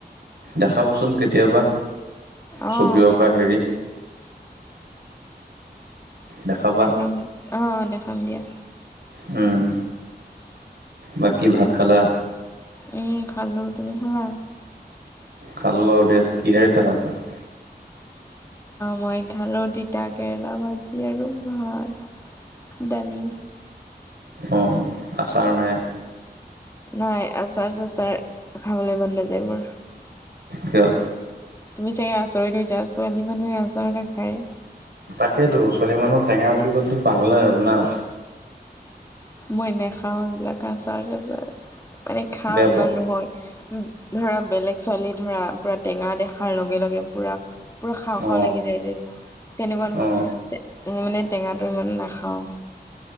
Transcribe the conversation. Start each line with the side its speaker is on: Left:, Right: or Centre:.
Right: দেখাবচোন কেতিয়াবা।
Left: অ
Right: ছবি অঁকা
Left: দেখাম
Right: হেৰি দেখাবা
Left: দেখাম, অ দেখাম দিয়া।
Right: উম্ বাকী ভাত খালা?
Left: উম খালোঁ, তুমি খালা?
Right: খালোঁ আৰু দিয়া- কিহেৰে খালা ভাত?
Left: মই খালোঁ তিতা কেৰেলা ভাজি আৰু ভাত, দালি।
Right: অঁ। আচাৰ নাই?
Left: নাই আচাৰ-চাচাৰ, খাবলে মন নাযায় মোৰ।
Right: কিয়?
Left: তুমি চাগে আচৰিত হৈছা? ছোৱালী মানুহে আচাৰ নাখায়!
Right: তাকেতু, ছোৱালী মানুৰ টেঙা বুলি ক'লেতো পাগলা আৰু না?
Left: মই নেখাও এইবিলাক আচাৰ-চাচাৰ। মানে খাওঁ
Right: বেয়া
Left: ইমান
Right: পোৱা
Left: নহয়। ধৰা বেলেগ ছোৱালী ধৰা পূৰা টেঙা দেখাৰ লগে লগে পূৰা পুৰা খাওঁ
Right: অ
Left: খাওঁ লাগি যায় যে, তেনেকুৱা নহয়।
Right: অ
Left: ম‌ই মানে টেঙাটো ইমান নাখাওঁ।